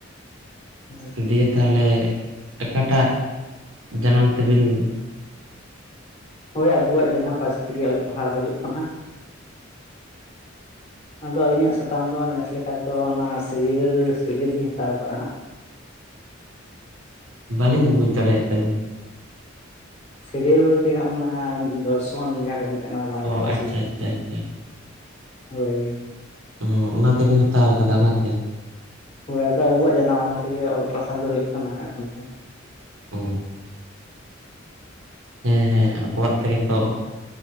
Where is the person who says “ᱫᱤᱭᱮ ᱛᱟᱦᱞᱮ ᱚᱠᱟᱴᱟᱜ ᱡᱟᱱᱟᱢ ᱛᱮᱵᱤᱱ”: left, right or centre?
Right